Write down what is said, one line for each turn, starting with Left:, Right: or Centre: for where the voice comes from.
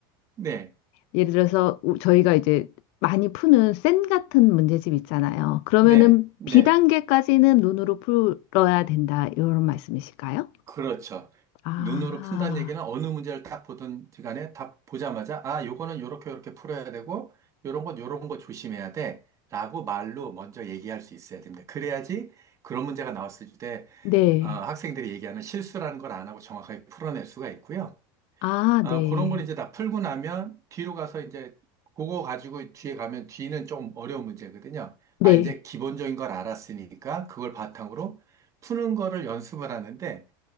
Right: 네,
Left: 예를 들어서 우- 저희가 이제 많이 푸는 센 같은 문제집 있잖아요. 그러면은
Right: 네, 네.
Left: 비단계까지는 눈으로 풀어야 된다. 이런 말씀이실까요?
Right: 그렇죠.
Left: 아,
Right: 그 눈으로 푼다는 얘기는 어느 문제를 딱 보든 간에 답 보자마자, 아, 요거는 요렇게 요렇게 풀어야 되고, 요런 건 요런 거 조심해야 돼. 라고 말로 먼저 얘기할 수 있어야 됩니다. 그래야지 그런 문제가 나왔을 때,
Left: 네.
Right: 아, 학생들이 얘기하는 실수라는 걸 안 하고 정확하게 풀어낼 수가 있고요.
Left: 아,
Right: 아,
Left: 네.
Right: 그런 걸 이제 다 풀고 나면 뒤로 가서 이제 그거 가지고 뒤에 가면 뒤는 좀 어려운 문제거든요.
Left: 네.
Right: 아, 이제 기본적인 걸 알았으니까 그걸 바탕으로 푸는 거를 연습을 하는데,